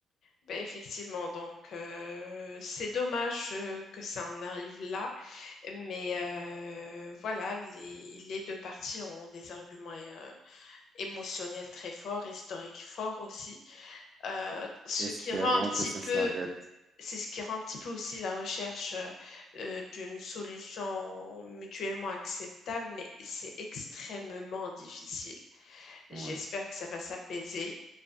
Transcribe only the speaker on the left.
Ben, effectivement, donc euh, c'est dommage euh, que ça en arrive là, mais euh, voilà, les, les deux parties ont des arguments euh, émotionnels très forts, historiques forts aussi, Euh, ce
qui rend un petit
peu,
c'est ce qui rend un petit peu aussi la recherche euh, euh, d'une solution mutuellement acceptable, mais c'est extrêmement difficile. J'espère
que ça va s'apaiser